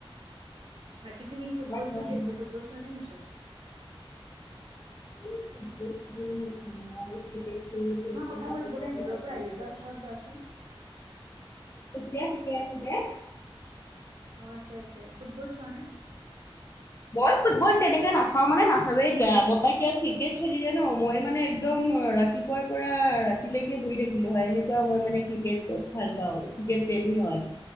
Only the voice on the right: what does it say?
বাকী তুমি ফুটবল
চলি আছে, ফুটবল চোৱা নে নোচোৱা
তোমাৰ
কথাবোৰ
প্ৰায় দূৰৰ
পৰা আহি আছে ওচৰত লোৱাচোন।
অ আছে আছে। ফুটবল চোৱা নে?
উম